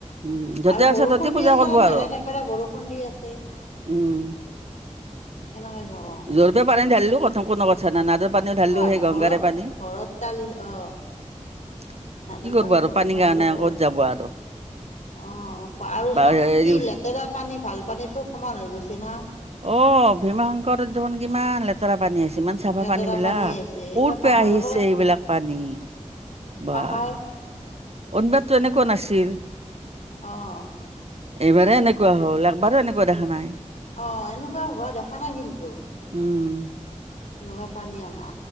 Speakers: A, on the right (about 55°); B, on the left (about 70°).
A: উম য'তে
B: আৰু
A: আছে
B: বৰষুণ
A: ত'তে পূজা
B: দি আছে
A: কৰিব
B: ন
A: আৰু
B: নেৰা নেপেৰা বৰষুণ দি আছে
A: উম
B: এনেকে যাব
A: জ্বৰপে পানী ধালিলো পথম কোন দকত ছানা নাদৰ পানীও ঢালিলো
B: অ
A: সেই গংগাৰে
B: ঘৰত
A: পানী
B: ঘৰত তালি অ
A: কি
B: নাদৰ
A: কৰব
B: পানী
A: আৰু
B: ঘৰত
A: পানীৰ
B: ঢালি
A: কাৰণে
B: ল'ব
A: ক'ত যাব আৰু
B: অ আৰু
A: বা
B: চব
A: হেৰি
B: কি লেতেৰা পানী ভাল পানী চব সমান হৈ গৈছে না
A: অ ভীমা শংকৰ ধন কিমান লে তেৰা পানী আইছে ইমান চাফা
B: লেতেৰা
A: পানী বিলাক
B: আহিছে এইবিলাক
A: ক'ৰ
B: পাহাৰৰ
A: পৰা আহিছে এইবিলাক পানী বাহ
B: পাহাৰ
A: অনবাতটো এনেকুৱা নাছিল
B: অঁ
A: এইবাৰে এনেকুৱা হ'ল একবাৰো এনেকুৱা দেখা নাই
B: অ এনেকুৱা হোৱা দেখা নাই কিন্তু
A: উম
B: এনেকুৱা পানী অহা